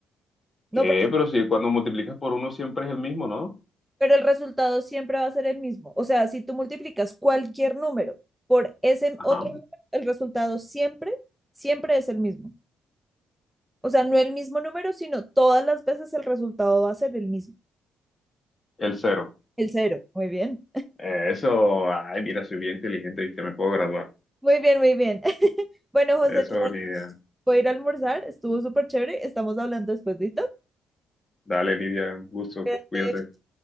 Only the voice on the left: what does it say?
¿Qué?
Pero si cuando multiplicas por uno siempre es el mismo, ¿no?
Ajá.
El cero.
Eh, Eso, ay, mira, soy bien inteligente y te me puedo graduar.
Eso,
Nidia.
Dale, Nidia, un gusto,
cuídate.